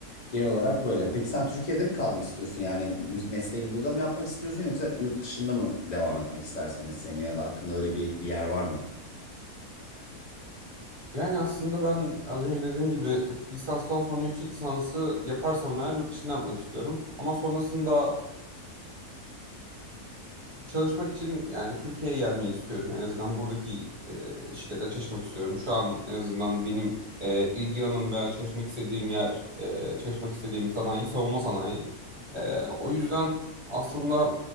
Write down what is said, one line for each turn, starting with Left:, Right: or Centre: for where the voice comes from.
Left: Genel olarak böyle. Peki sen Türkiye'de mi kalmak istiyorsun? Yani mü- mesleğini burada mı yapmak istiyorsun yoksa yurt dışında mı devam etmek istersin mesleğini ya da aklında öyle bir, bir yer var mı?
Right: Yani aslında ben az önce dediğim gibi lisanstan sonra yüksek lisansı yaparsam eğer yurt dışında yapmak istiyorum. Ama sonrasında çalışmak için yani Türkiye'ye gelmeyi istiyorum. En azından buradaki e, şirkette çalışmak istiyorum. Şu an en azından benim e, ilgi alanım veya çalışmak istediğim yer, e, çalışmak istediğim sanayi savunma sanayi. E, o yüzden aslında